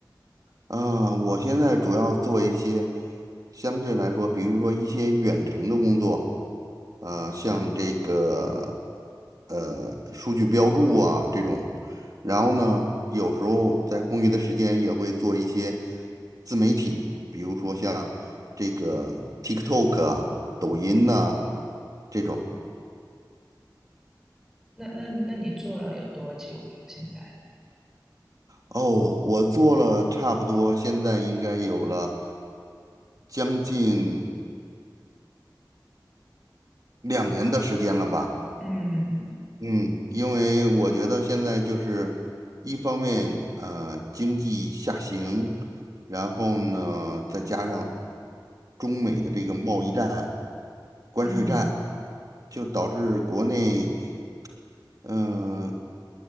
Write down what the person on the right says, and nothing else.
啊，我现在主要做一些相对来说，比如说一些远程的工作，呃，像这个呃数据标注啊这种，然后呢，有时候在空余的时间也会做一些自媒体，比如说像这个 TikTok 啊、抖音呐、这种。
哦，我做了差不多，现在应该有了将近两年的时间了吧。
嗯，因为我觉得现在就是一方面，呃，经济下行，然后呢，再加上中美的这个贸易战、关税战，
就导致国内，嗯、